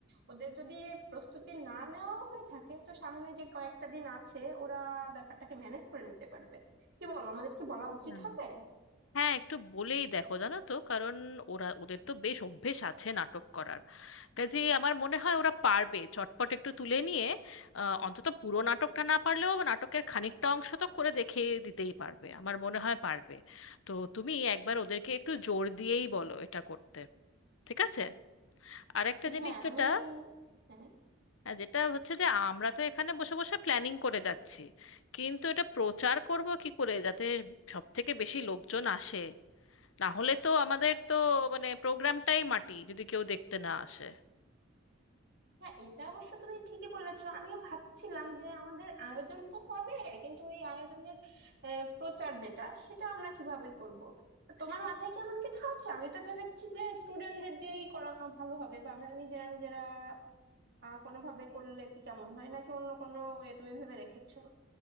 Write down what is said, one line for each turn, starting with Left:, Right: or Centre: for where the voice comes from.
Right: ওদের যদি প্রস্তুতি না নেওয়াও হয়ে থাকে তো সামনে যে কয়েকটা দিন আছে ওরা ব্যাপারটাকে ম্যানেজ করে নিতে পারবে কি বলো আমাদের কি বলা উচিত
Left: হুম।
Right: হবে
Left: হ্যাঁ একটু বলেই দেখো জানো তো কারণ ওরা ওদের তো বেশ অভ্যেস আছে নাটক করার কাজে আমার মনে হয় ওরা পারবে চটপট একটু তুলে নিয়ে আহ, অন্তত পুরো নাটকটা না পারলেও নাটকের খানিকটা অংশ তো করে দেখে দিতেই পারবে আমার মনে হয় পারবে তো তুমি একবার ওদেরকে একটু জোর দিয়েই বলো এটা করতে ঠিক আছে আর একটা জিনিস
Right: হ্যাঁ
Left: যেটা
Right: আমি হ্যাঁ
Left: হ্যাঁ, যেটা হচ্ছে যে আমরা তো এখানে বসে বসে প্ল্যানিং করে যাচ্ছি কিন্তু এটা প্রচার করব কি করে যাতে সব থেকে বেশি লোকজন আসে না হলে তো আমাদের তো মানে প্রোগ্রামটাই মাটি যদি কেউ দেখতে না আসে
Right: হ্যাঁ এটা অবশ্য তুমি ঠিকই বলেছো আমিও ভাবছিলাম যে আমাদের আয়োজন তো হবে কিন্তু এই আয়োজনের আহ, প্রচার যেটা সেটা আমরা কিভাবে করব তো তোমার মাথায় কি এমন কিছু আছে আমি তো ভেবেছি যে স্টুডেন্টদের দিয়েই করানো ভালো হবে বা আমরা নিজেরা নিজেরা আহ, কোনোভাবে করলে কি কেমন হয় নাকি অন্য কোনো ওয়ে তুমি ভেবে রেখেছো